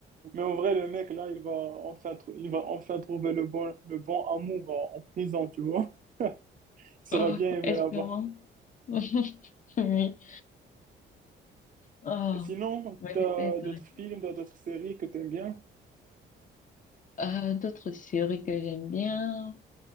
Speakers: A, on the right; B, on the left.
A: Mais en vrai, le mec, là, il va enfin, trou- il va enfin trouver le bon, le bon amour en, en prison, tu vois. <laughs> Il sera
B: Ah,
A: bien aimé
B: espérons.
A: là-bas.
B: <laughs> Oui. Ah,
A: Et sinon,
B: ouais,
A: t'as
B: c'était intéressant.
A: d'autres films, t'as d'autres séries que t'aimes bien?
B: Euh, d'autres séries que j'aime bien.